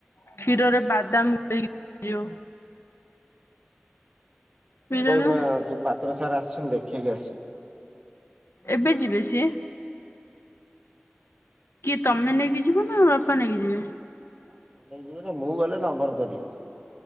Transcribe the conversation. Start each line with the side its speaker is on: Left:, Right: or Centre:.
Left: କ୍ଷୀରରେ ବାଦାମ ଦେଇଦିଅ। ବୁଝିଲ
Right: କ
Left: ନା
Right: ଯୋଉ ପାତ୍ର ସାର ଆସିଛନ୍ତି ଦେଖେଇକି ଆସି।
Left: ଏବେ ଯିବେ ସିଏ। କିଏ ତମେ ନେଇକି ଯିବ ନା ବାପା ନେଇକି ଯିବେ।
Right: ବାପା ନେଇଯିବ ମୁଁ ଗଲେ ନମ୍ବର କରିବି।